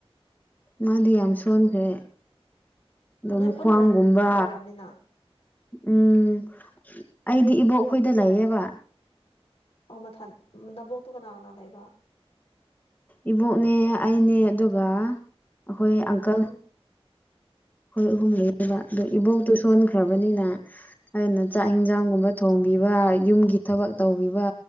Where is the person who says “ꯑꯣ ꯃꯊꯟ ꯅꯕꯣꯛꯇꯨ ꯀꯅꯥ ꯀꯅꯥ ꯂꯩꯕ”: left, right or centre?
Left